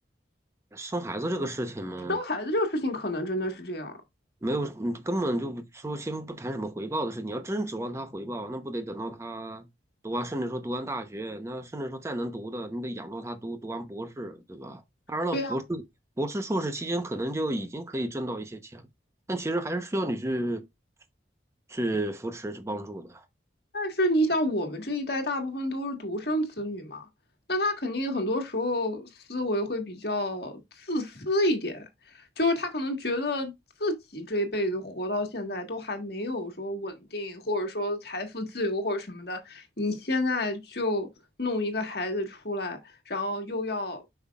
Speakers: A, on the right (about 15°); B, on the left (about 60°).
A: 生孩子这个事情嘛，
B: 生孩子这个事情，可能真的是这样。
A: 没有，你根本就不说先不谈什么回报的事，你要真指望他回报，那不得等到他读完，甚至说读完大学，那甚至说再能读的，你得养到他读读完博士，对吧？当然了，
B: 对呀。
A: 博士、博士、硕士期间可能就已经可以挣到一些钱了，但其实还是需要你去去扶持、去帮助的。
B: 但是你想，我们这一代大部分都是独生子女嘛，那他肯定很多时候思维会比较自私一点，就是他可能觉得自己这一辈子活到现在都还没有说稳定，或者说财富自由或者什么的，你现在就弄一个孩子出来，然后又要，